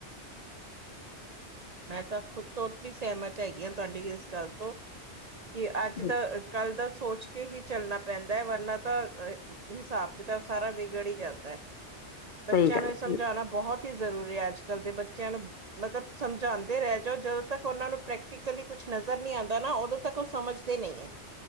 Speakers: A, on the right; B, on the left.
A: ਮੈਂ ਤਾਂ ਖੁਦ ਤੋਂ ਸਹਿਮਤ ਹੈਗੀ ਆ ਤੁਹਾਡੀ ਇਸ ਗੱਲ ਤੋਂ ਕਿ ਅੱਜ
B: ਬਿਲ-
A: ਦਾ ਕੱਲ ਦਾ ਸੋਚ ਕੇ ਹੀ ਚੱਲਣਾ ਪੈਂਦਾ ਐ ਵਰਨਾ ਤਾਂ ਹਿਸਾਬ-ਕਿਤਾਬ ਸਾਰਾ ਵਿਗੜ ਈ ਜਾਂਦਾ। ਬੱਚਿਆਂ
B: ਸਹੀ ਗੱਲ
A: ਨੂੰ ਏ
B: ਹੈ,
A: ਸਮਝਾਣਾ
B: ਬਿਲ-
A: ਬਹੁਤ ਈ ਜ਼ਰੂਰੀ ਐ ਅੱਜ ਕੱਲ੍ਹ ਦੇ ਬੱਚਿਆਂ ਨੂੰ ਮਤਲਬ ਸਮਝਾਂਦੇ ਰਹਿ ਜਾਓ ਜਦੋਂ ਤੱਕ ਉਹਨਾਂ ਨੂੰ ਪ੍ਰੈਕਟੀਕਲੀ ਕੁਛ ਨਜ਼ਰ ਨੀ ਆਂਦਾ ਨਾ ਉਦੋਂ ਤੱਕ ਓ ਸਮਝਦੇ ਨੀ ਐ।